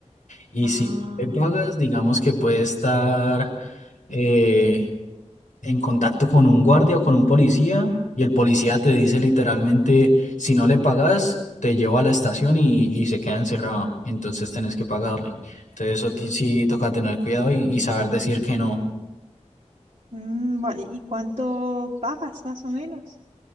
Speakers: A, on the left; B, on the right.
A: Y
B: Ah,
A: si te pagas, digamos que puede estar eh, en contacto con un guardia o con un policía y el policía te dice literalmente, si no le pagas, te lleva a la estación y, y se queda encerrado. Entonces tenés que pagarle. Entonces eso ti- sí toca tener cuidado y y saber decir que no.
B: mm, va- ¿y cuánto pagas más o menos?